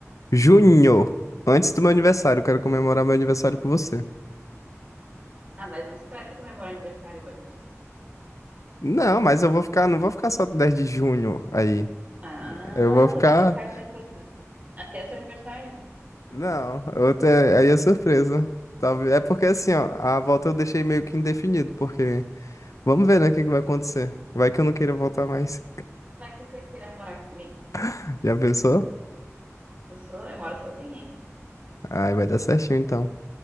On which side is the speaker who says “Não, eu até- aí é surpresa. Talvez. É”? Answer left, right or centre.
Left